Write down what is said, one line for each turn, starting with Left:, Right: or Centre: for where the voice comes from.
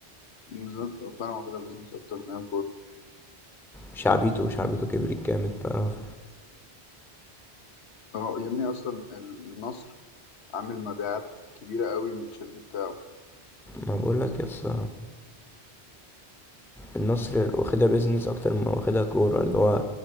Left: نزلت فاهم كده بيزنس أكتر من أي
Centre: شعبيته شعبيته كبرت جامد بقى ف-
Left: اه يا ابني اصلا النصر عامل مبيعات كبيره قوي من التيشيرت بتاعه
Centre: ما بقول لك يس النصر واخدها بيزنس اكتر ما واخدها كوره اللي هو